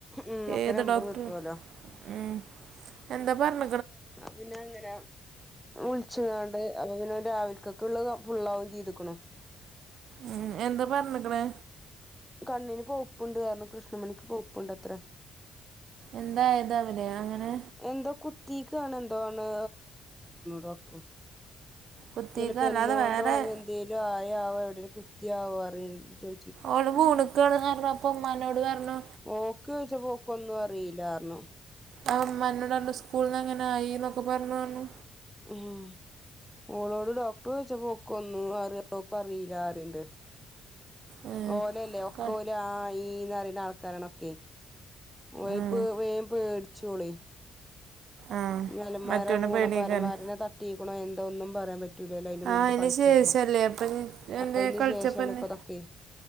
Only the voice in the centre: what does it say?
ഉം ഒക്കെ
നമ്പർ
കിട്ടുവല്ലോ
ആഹ് പിന്നെ അങ്ങന വ്ൾച്ച്ങ്ങാണ്ട് അപ്പം പിന്നെ ഓൻ രാവിൽക്കൊക്കെ ള്ളത് ഫുള്ളാവും ചെയ്ത്ക്ക്ണു.
കണ്ണ്ന് പൗപ്പ്ണ്ട് ർഞ്ഞ് കൃഷ്ണമണിക്ക് പൗപ്പ്ണ്ട് അത്രേ.
എന്തോ കുത്തിക്കാണ് എന്തോണ് ഡോക്ടറും.
ഇലപ്പേ പെന്നോണ്ടോ
ഞ്ഞ് എന്തേലും ആയാവോ എവിടെ കുത്തിയാവോ അറി ചോ
ഓക്ക് വ്ള്ച്ചപ്പം ഓക്ക് ഒന്നും അറീല്ല ർഞ്ഞു.
ഹ് ഹും ഓളോട് ഡോക്ടർ ഴ്ചപ്പം ഓക്ക് ഒന്നു അറി ഓക്ക് അറീല റിണ്ട്.
ഓലെല്ലേ ഒക്കെ
ഓല ആ ഈ ന്ന് റിണ ആൾക്കാരാണൊക്കെ. വേപ്പ്
വേ പേട്ച്ചോളി
നലന്മാര
പൂണ
പലമാരനെ തട്ടീക്ക്ണോ എന്തോന്നും പറയാൻ പ പറ്റൂലല്ലോ അയിൻ്റെ
മുമ്പ്
കൾച്ചപ്പം
അ അയിന്
ശേഷാണ് ഇപ്പതൊക്കെ.